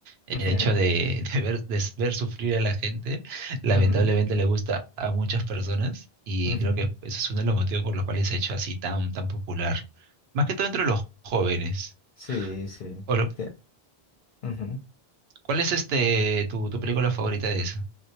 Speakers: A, on the right (about 80°); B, on the left (about 60°).
A: El
B: <laughs>
A: hecho de, de ver, de ver sufrir a la gente, lamentablemente
B: ujú, ujú,
A: le gusta a muchas personas y
B: <laughs>
A: creo que ese es uno de los motivos por los cuales se ha hecho así tan, tan popular. Más que todo entre los jóvenes.
B: Sí, sí.
A: O,
B: Te- ujú.
A: ¿Cuál es este tu, tu película favorita de esa?